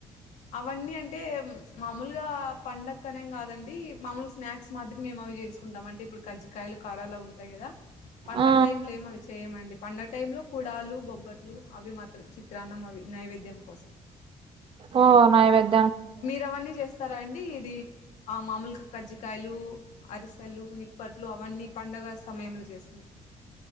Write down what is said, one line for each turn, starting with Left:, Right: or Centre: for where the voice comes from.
Left: అవన్నీ అంటే మామూలుగా పండకఅనేం కాదండి మామూలుగా స్నాక్స్ మాదిరి మేము అవి చేసుకుంటాం అంటే ఇప్పుడు కజ్జకాయలు కారాల ఉంటాయి గదా పండడుగ
Right: ఆ
Left: టైమ్ లో ఏమ అవి చేయమండి పండగ టైమ్ లో కుడాలు బొబ్బట్లు అవి మాత్రం చి మా నైవేద్యం కోసం
Right: ఓ నైవేద్య
Left: మీరు అవన్నీ చేస్తారా అండి ఇది ఆ మామూలుగా కజ్జికాయలు అరిసెలు నిప్పట్లు అవన్నీ పండగ సమయంలో చేస్త